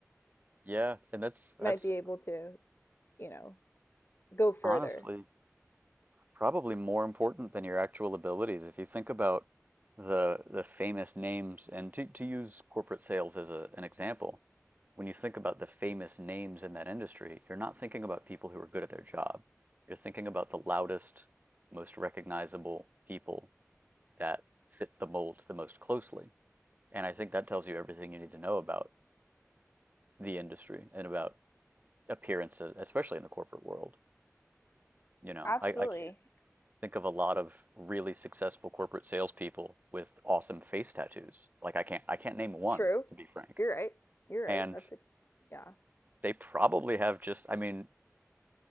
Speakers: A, on the right; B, on the left.
A: Yeah. And that's that's
B: might be able to, you know, go further.
A: honestly probably more important than your actual abilities. If you think about the the famous names, and to, to use corporate sales as a, an example, when you think about the famous names in that industry, you're not thinking about people who are good at their job. You're thinking about the loudest, most recognizable people that fit the mold the most closely. And I think that tells you everything you need to know about the industry and about appearances, especially in the corporate world. You know,
B: Absolutely.
A: I, I can't think of a lot of really successful corporate salespeople with awesome face tattoos. Like I can't I can't name one,
B: True.
A: to be frank.
B: You're right. You're right.
A: And
B: That's a yeah.
A: they probably have just I mean,